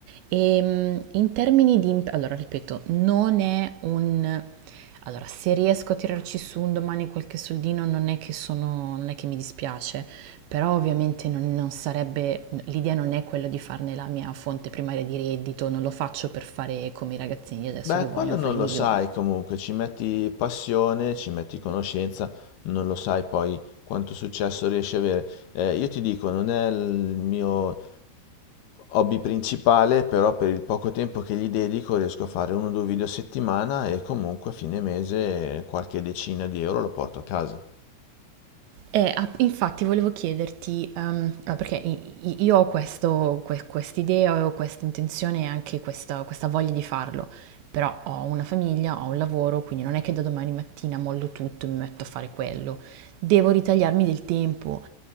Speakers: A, on the right; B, on the left.
A: E in termini di... imp- Allora, ripeto, non è un... Allora, se riesco a tirarci su un domani qualche soldino non è che sono, non è che mi dispiace, però ovviamente non, non sarebbe, l'idea non è quella di farne la mia fonte primaria di reddito, non lo faccio per fare come i ragazzini di adesso
B: Beh,
A: che vogliono
B: quello non
A: fare i
B: lo
A: milioni.
B: sai comunque, ci metti passione, ci metti conoscenza, non lo sai poi quanto successo riesci a avere. Eh, io ti dico, non è il mio hobby principale, però per il poco tempo che gli dedico riesco a fare uno o due video a settimana e comunque a fine mese qualche decina di euro lo porto a casa.
A: Eh, app- infatti volevo chiederti, ehm, ah, perché i- i- io ho questo, que- quest'idea, ho questa intenzione e anche questa, questa voglia di farlo, però ho una famiglia, ho un lavoro, quindi non è che da domani mattina mollo tutto e mi metto a fare quello. Devo ritagliarmi del tempo.